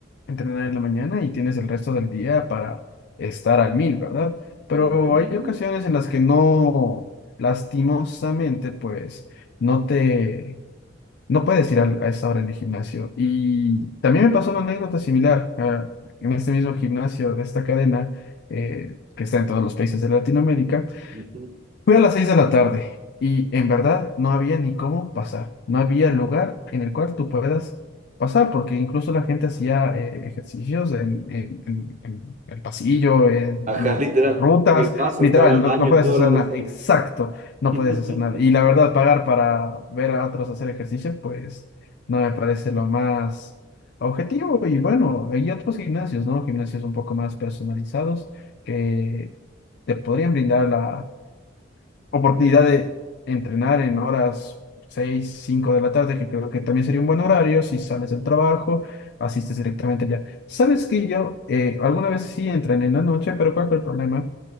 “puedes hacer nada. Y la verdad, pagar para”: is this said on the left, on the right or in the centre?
Left